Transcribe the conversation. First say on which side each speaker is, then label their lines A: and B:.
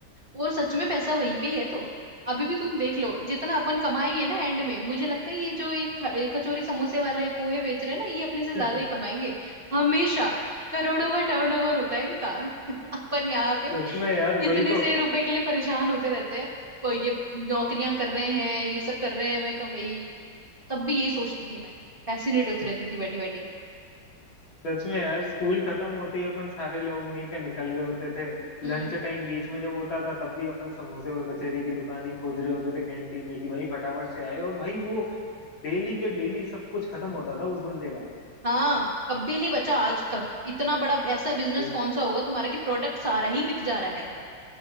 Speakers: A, on the right; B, on the left.
A: और सच में पैसा वहीं पे ही है तो अभी भी तुम देख लो जितना अपन कमाएंगे ना एंड में मुझे लगता है ये जो एक ख- ये कचौरी समोसे वाले पोहे बेच रहे हैं ना ये अपने से ज्यादा
B: <laughs>
A: ही कमाएंगे हमेशा करोड़ों का टर्नओवर होता है इनका <laughs> अपन यहाँ पे
B: सच में यार
A: इतने
B: वही तो
A: से रुपए के लिए परेशान होते रहते हैं प- ये नौकरियां कर रहे हैं ये सब कर रहे हैं मैं कहा भाई तब भी यही सोचती थी मैं फैसिनेट होती रहती थी बैठी बैठी
B: सच में यार स्कूल खत्म होते ही अपन सारे लोग वहीं पे निकल रहे होते थे
A: हम्म
B: लंच टाइम बीच में जब होता था तब भी अपन समोसे और कचौरी की दुकान ही खोज रहे होते थे कैंटीन में कि भाई फटाफट से आए और भाई वो डेली के डेली सब कुछ खत्म होता था उस बंदे का
A: हाँ कभी नहीं बचा आज तक इतना बड़ा ऐसा बिजनेस
B: बिल्कुल
A: कौन सा होगा तुम्हारा कि प्रोडक्ट सारा ही बिक जा रहा है